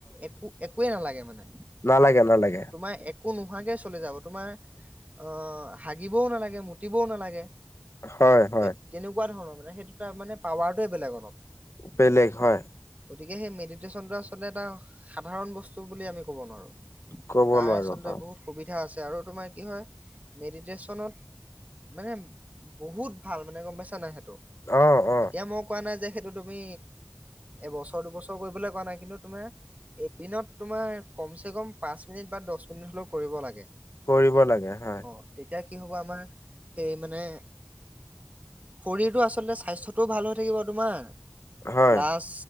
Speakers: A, on the right; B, on the left.
A: একো-একোৱে নালাগে মানে
B: নালাগে-নালাগে।
A: তোমাৰ একো নোহোৱাকে চলি যাব, তোমাৰ অ, হাগিবও নালাগে, মুতিবও নালাগে।
B: হয় হয়
A: এ তেনেকুৱা ধৰণৰ মানে, সেইটো তাৰ মানে পাৱাৰটোৱে বেলেগ অলপ।
B: বেলেগ, হয়
A: গতিকে, সেই মেডিটেশ্যনটো আচলতে এটা সাধাৰণ বস্তু বুলি আমি ক'ব নোৱাৰো।
B: ক'ব
A: তাৰ
B: নোৱাৰো
A: আচলতে
B: হয়
A: বহুত সুবিধা আছে, আৰু তোমাৰ কি হয়, মেডিটেশ্যনত মানে, বহুত ভাল, মানে গম পাইছা নাই সেইটো,
B: অ অ
A: এতিয়া মই কোৱা নাই যে সেইটো তুমি এবছৰ, দুবছৰ কৰিবলৈ কোৱা নাই, কিন্তু তোমাৰ এদিনত তোমাৰ কমচে কম পাঁচ মিনিট বা দহ মিনিট হ'লেও কৰিব লাগে।
B: কৰিব লাগে। হয়
A: অ তেতিয়া কি হ'ব আমাৰ সেই মানে শৰীৰটো, আচলতে স্বাস্থ্যটোও ভাল হৈ থাকিব তোমাৰ।
B: হয়
A: প্লাচ